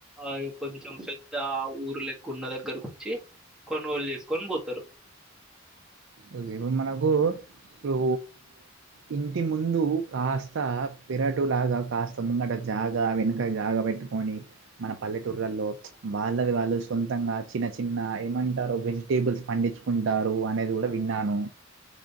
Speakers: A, in the centre; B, on the right (about 60°).
A: ఆ కొంచెం పెద్ద ఊరు లెక్క ఉన్న దగ్గరకు వచ్చి కొనుగోలు చేసుకొని పోతారు
B: ఓకే ఇప్పుడు మనకు ఇప్పుడు ఇంటి ముందు కాస్త పెిరటు లాగా కాస్త ముంగట జాగా వెనుక జాగ పెట్టుకొని మన పల్లెటూర్లలో వాళ్ళది వాళ్ళు సొంతంగా చిన్న చిన్న ఏమంటారు వెజిటేబుల్స్ పండించుకుంట ఉంటారు అనేది కూడా విన్నాను